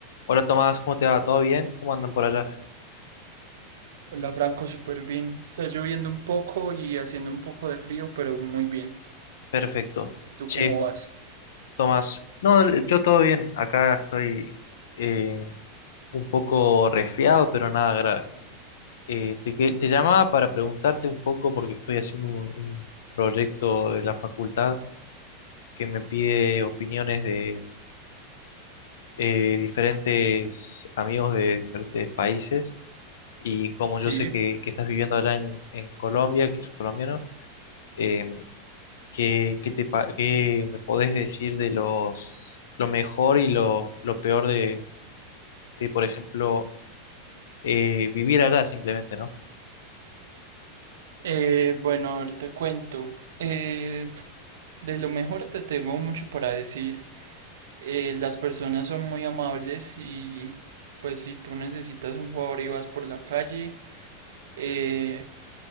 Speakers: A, on the left; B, on the right.
A: Hola Tomás, ¿cómo te va? ¿Todo bien? ¿Cómo andan por allá?
B: Hola Franco, súper bien. Está lloviendo un poco y haciendo un poco de frío, pero muy bien.
A: Perfecto.
B: ¿Y tú
A: Che,
B: cómo vas?
A: Tomás. No, yo todo bien. Acá estoy eh, un poco resfriado, pero nada grave. Eh, te, que- te llamaba para preguntarte un poco porque estoy haciendo un, un proyecto de la facultad que me pide opiniones de eh, diferentes amigos de diferentes países. Y como
B: Sí.
A: yo sé que, que estás viviendo allá en, en Colombia, que soy colombiano, em, ¿Qué, qué te, pa- qué me podés decir de los, lo mejor y lo, lo peor de, de, por ejemplo, eh, vivir allá simplemente, ¿no?
B: Eh, bueno, a ver, te cuento. Eh, de lo mejor te tengo mucho para decir. eh, las personas son muy amables y pues si tú necesitas un favor y vas por la calle, eh,